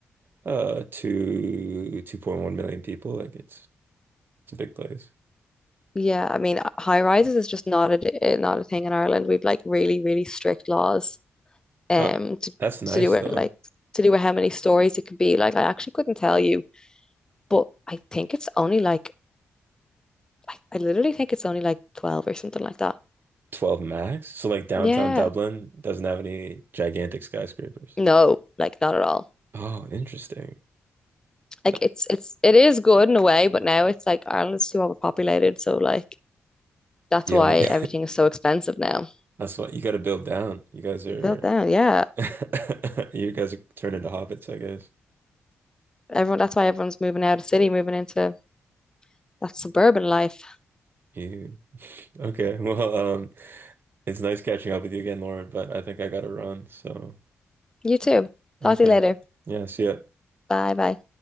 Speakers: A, on the right; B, on the left.
A: uh to 2.1 million people. Like it's it's a big place.
B: yeah. I mean, high rises is just not a not a thing in Ireland. We've like really, really strict laws, um,
A: Uh
B: to
A: that's nice
B: to do with
A: though.
B: like to do with how many stories it could be. Like, I actually couldn't tell you, but I think it's only like, I, I literally think it's only like 12 or something like that.
A: 12 max. So like downtown
B: Yeah,
A: Dublin doesn't have any gigantic skyscrapers.
B: no, like not at all.
A: Oh, interesting.
B: Like
A: That-
B: it's it's it is good in a way, but now it's like Ireland's too overpopulated, so like That's
A: The
B: why
A: only <laughs>
B: everything is so expensive now.
A: that's what you got to build down. You guys are
B: Built down, yeah.
A: <laughs> you guys are turning into hobbits, I guess.
B: Everyone, that's why everyone's moving out of the city, moving into that suburban life.
A: You <laughs> okay. Well, um, it's nice catching up with you again, Lauren, but I think I gotta run, so
B: You too. Talk
A: okay.
B: to you later.
A: Yeah, see ya.
B: Bye bye.